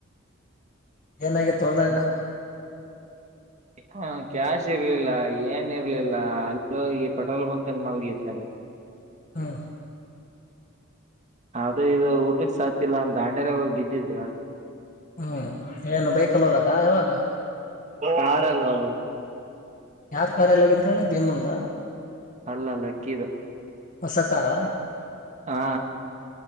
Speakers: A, on the left; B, on the right.
A: ಏನಾಗಿತ್ತು ಹೋದಾಗ.
B: ಹಾ. ಕ್ಯಾಶ್ ಇರ್ಲಿಲ್ಲ ಏನ್ ಇರ್ಲಿಲ್ಲ ಅಲ್ಲಿೋಗಿ ಪೆಟ್ರೋಲ್ ಬಂಕ್ ಅಲ್ಲಿ ಮಲ್ಗೈತ್
A: ಹಾ
B: ಅದ ಇದು ಊಟ ಸಾತಿಲ್ಲ ಅ ದಾಂಡ್ಯಲೆಗಿ ಹೂಗಿ ಬಿದ್ದಿದ್
A: ಹ್ಮ್ ಏನು ಬೈಕ್ ಅಲ್ಲಿ ಹೋದಾಗ ಯಾವಾಗ
B: ಕಾರಲ್ ಹೋ
A: ಯಾರ್ ಕಾರ್ ಎಲ್ಲ ಹೋಗಿದ್ರಿ ಹೇಳಿ ಭೀಮಂದ
B: ಅಲ್ಲ ಲಕ್ಕೀದ
A: ಹೊಸ ಕಾರ
B: ಹಾ